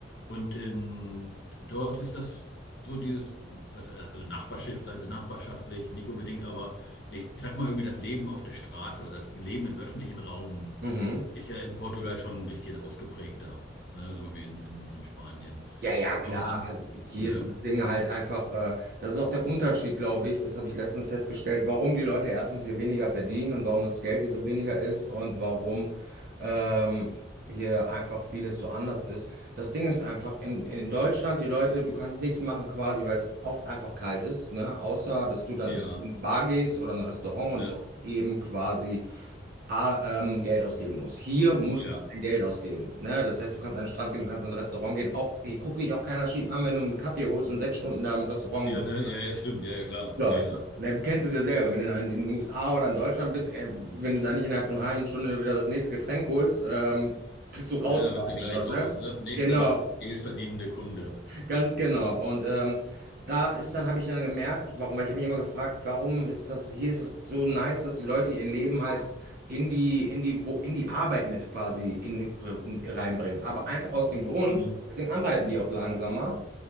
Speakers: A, on the left (about 60°); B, on the right (about 50°).
A: Und ähm, dort ist das so dieses, was, also nachbarschaftlich, nachbarschaftlich, nicht unbedingt, aber ich sag mal irgendwie das Leben auf der Straße oder das Leben im öffentlichen Raum
B: mhm.
A: ist ja in Portugal schon ein bisschen ausgeprägter, ne? So wie in, in, in Spanien.
B: Ja, ja, klar.
A: Aber dann,
B: Also hier
A: ne?
B: ist das Ding halt einfach, äh, das ist auch der Unterschied, glaube ich. Das habe ich letztens festgestellt, warum die Leute erstens hier weniger verdienen und warum das Geld hier so weniger ist und warum ähm, hier einfach vieles so anders ist. Das Ding ist einfach, in, in Deutschland, die Leute, du kannst nichts machen quasi, weil es oft einfach kalt ist, ne? Außer, dass du dann
A: Ja,
B: irgendwie in eine Bar gehst oder in ein Restaurant
A: ne?
B: und dort eben quasi ah, ähm, Geld ausgeben musst. Hier musst
A: Ja.
B: du kein Geld ausgeben. Ne? Das heißt, du kannst an den Strand gehen, du kannst in ein Restaurant gehen. Auch, hier guckt dich auch keiner schief an, wenn du einen Kaffee holst und sechs Stunden da im Restaurant
A: Ja,
B: bist.
A: ne? Ja, ja, stimmt. Ja, ja, klar.
B: Ja,
A: Ja, ja.
B: ist, ne, du kennst es ja selber, wenn du in, in den USA oder in Deutschland bist, ey, wenn du da nicht innerhalb von einer halben Stunde wieder das nächste Getränk holst, ähm, bist du raus.
A: Ne, dann
B: quasi,
A: bist du gleich
B: Oder,
A: raus.
B: ne?
A: Ne? Nächster
B: Genau.
A: geldverdienende Kunde.
B: Ganz genau. Und ähm, da ist dann, habe ich dann gemerkt, warum, weil ich habe mich immer gefragt, warum ist das, hier ist es so nice, dass die Leute ihr Leben halt in die, in die, wo, in die Arbeit mit quasi in, in, reinbringen. Aber einfach aus dem Grund,
A: Hm.
B: deswegen arbeiten die auch langsamer.